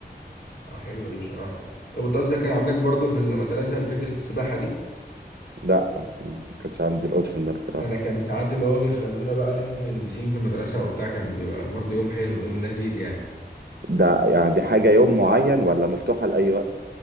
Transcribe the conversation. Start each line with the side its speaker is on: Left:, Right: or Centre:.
Left: آه، حلوه دي بصراحه طب وانت قصدك كان عندك برضو في المدرسه فكره السباحه دي
Right: لا ما كانش عندي الاوبشن ده بصراحة
Left: انا كان ساعات اللي هو بيخلونا بقى ننزل البسين في المدرسه وبتاع كان بيبقى برضه يوم حلو يوم لذيذ يعني
Right: ده يعني دي حاجة يوم معين ولا مفتوحة لأي وقت؟